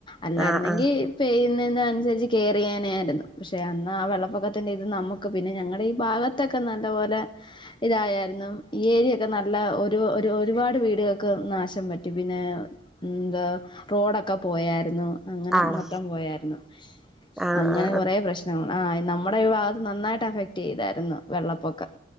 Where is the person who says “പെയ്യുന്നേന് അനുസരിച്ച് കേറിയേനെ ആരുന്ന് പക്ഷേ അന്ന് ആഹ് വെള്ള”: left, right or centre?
Left